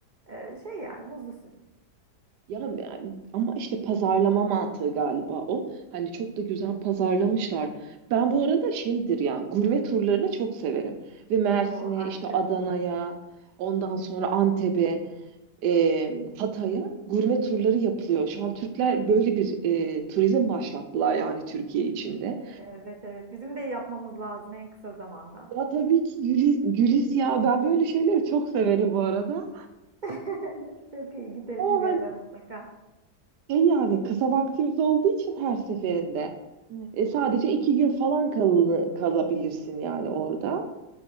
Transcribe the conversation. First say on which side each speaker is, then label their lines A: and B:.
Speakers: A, on the right; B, on the right.
A: e, şey yani muzlu süt.
B: Ya yani ama işte pazarlama mantığı galiba o. Hani çok da güzel pazarlamışlar. Ben bu arada şeydir ya gurme turlarını çok severim. Ve Mersin'e
A: Oo harikasın.
B: işte Adana'ya ondan sonra Antep'e e, Hatay'a gurme turları yapılıyor. Şu an Türkler böyle bir e, turizm başlattılar yani Türkiye içinde.
A: Evet evet. Bizim de yapmamız lazım en kısa zamanda.
B: Ya tabii ki Gülis, Gülis ya ben böyle şeyleri çok severim bu arada.
A: <laughs> Çok iyi. Gidelim
B: O,
A: bir ara mutlaka.
B: Şey yani kısa vaktimiz olduğu için her seferinde Evet. e, sadece iki gün falan kalını, kalabilirsin yani orada.